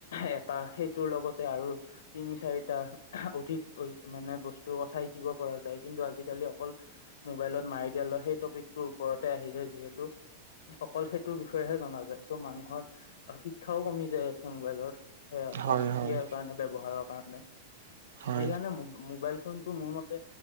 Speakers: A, on the left; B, on the right.
A: এটা সেইটোৰ লগতে আৰু তিনি চাৰিটা অধিক মানে, বস্তুৰ কথা শিকিব পৰা যায়। কিন্তু আজিকালি অকল মোবাইলত মাৰি দিয়া লয় সেই টপিকটোৰ ওপৰতে আহি যায়। যিহেতু অকল সেইটোৰ বিষয়েহে জনা যায়। চ' মানুহৰ শিক্ষাও কমি যাই আছে মোবাইলৰ সেয়া
B: হয়
A: সেয়াৰ
B: হয় হয় নিশ্চয় হয় হয়
A: কাৰণে ব্যৱহাৰৰ কাৰণে।
B: হয়
A: সেইকাৰণে ম মোবাইল ফোনটো মোৰ মতে,